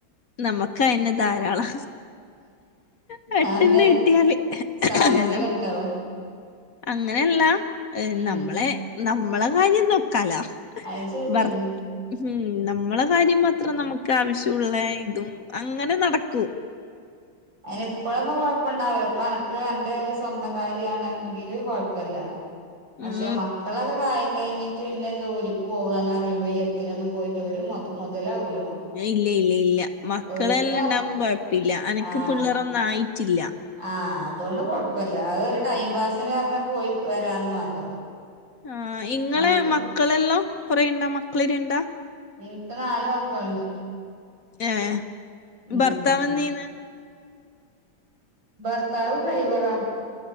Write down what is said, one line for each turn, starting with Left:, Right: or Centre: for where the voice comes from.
Left: നമക്ക് ക്ക് അയന്നെ ധാരാളാ. പെട്ടെന്ന്
Right: അതെന്താ
Left: കിട്ടിയാല്
Right: സാമ്പത്തികം
Left: എല്ലാം
Right: ഉണ്ടോ
Left: അങ്ങനെയല്ല.
Right: ഉം
Left: നമ്മളെ നമ്മളെ കാര്യം നോക്കാലാ
Right: അത് ശരിയാണ്
Left: ഭർ ഉം നമ്മളെ കാര്യം മാത്രം നമുക്ക് ആവശ്യമുള്ള ഇതും അങ്ങനെ നടക്കൂ
Right: അതിനിപ്പഴൊന്നും കൊഴപ്പം ഇണ്ടാവില്ല അപ്പൊ എനക്ക് എന്റെ സ്വന്തം കാര്യാണെങ്കില് കൊഴപ്പല്ല. പക്ഷെ
Left: ഉം
Right: മക്കളൊക്കെ കാര്യ കഴിഞ്ഞിട്ട് പിന്നെ ജോലിക്ക് പോകുകാന്ന് പറയുമ്പോ ഈ എട്ടിനൊന്നും പോയിട്ട് ഒരു മൊത മൊതലാവൂല്ല
Left: ഇല്ല ഇല്ല ഇല്ല മക്കളെല്ലാം
Right: വെറുതെ
Left: ഉണ്ടാവുമ്പോ കുഴപ്പില്ല എനക്ക്
Right: ആഹ്
Left: പിള്ളേരൊന്നും ആയിട്ടില്ല.
Right: ആഹ് അതുകൊണ്ട് കൊഴപ്പല്ല. അത് ഒരു ടൈം പാസിന് പറഞ്ഞ് പോയി വരാന്ന് മാത്രം.
Left: ആ ഇങ്ങളെ
Right: മറ്റ്
Left: മക്കളെല്ലോ കൊറേണ്ടാ മക്കള് രണ്ടാ
Right: എനിക്ക് നാല് മക്കളുണ്ട്
Left: ഏ
Right: ഉം
Left: ഭർത്താവ് എന്ന് ചെയ്യ്ന്ന്
Right: ഭർത്താവ് ഡ്രൈവറാ